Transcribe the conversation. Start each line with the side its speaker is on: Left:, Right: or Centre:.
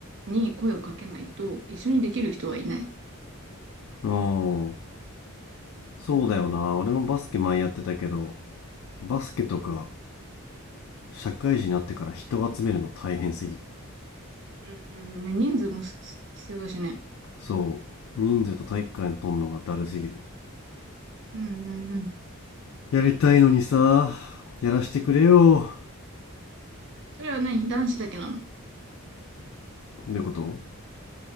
Right: に声をかけないと一緒にできる人はいない。
Left: うん。そうだよな。
Right: うん。
Left: 俺もバスケ前やってたけど、バスケとか社会人になってから人を集めるの大変すぎる。
Right: うんうんうん、人数もす必要だしね。
Left: そう。人数と体育館にとんのがだるすぎる。
Right: うんうんうん。
Left: やりたいのにさ、やらしてくれよ。
Right: それは何男子だけなの
Left: ってこと